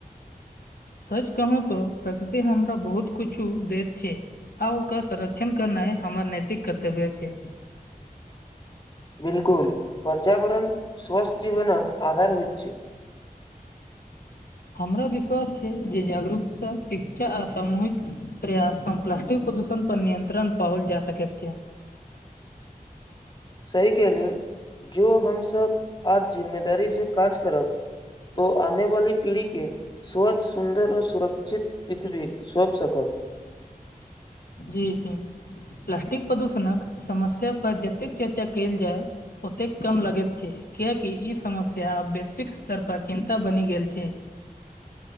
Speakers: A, on the left (about 75°); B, on the left (about 30°).
A: सच कहू तो प्रकृति हमरा बहुत कुछु देैत छै आ ओकर संरक्षण करनाय हमर नैतिक कर्तव्य अछि
B: बिलकुल पर्यावरण स्वस्थ जीवनक आधार होइत छै
A: हमरा विश्वास छै जे जागरूकता शिक्षा आ सामूहिक प्रयास संग प्लास्टिक प्रदूषण पर नियत्रण पओल जा सकैत छै
B: सही कहले जो हमसब आज जिम्मेदारी से काज करब तो आने वाली पीढ़ी के स्वच्छ सुन्दर ओ सुरक्षित पृथ्वी सौँप सकब
A: जी जी प्लास्टिक प्रदूषणक समस्या पर जतेक चर्चा कयल जाय ओतेक कम लगैत छै किया की ई समस्या आब वैश्विक स्तर पर चिन्ता बनि गेल छै